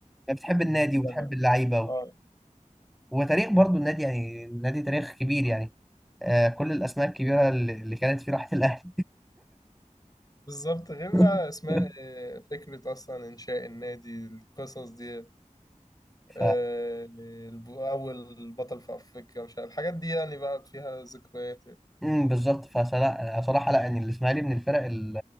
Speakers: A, in the centre; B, on the left.
A: بتحب النادي
B: كلها
A: وبتحب اللعيبه و-
B: آه
A: وتاريخ برضو النادي يعني النادي تاريخ كبير يعني آه، كل الاسماء الكبيره اللي اللي كانت في راحه الاهلي
B: بالظبط غير
A: <laughs>
B: بقى اسماء آه، فكرة اصلا انشاء النادي القصص دي
A: ف
B: آه، الب- اول بطل في افريقيا مش عارف الحاجات دي يعني بقى فيها ذكريات
A: امم بالظبط فصراحه صراحه لا يعني الاسماعيلي من الفرق ال-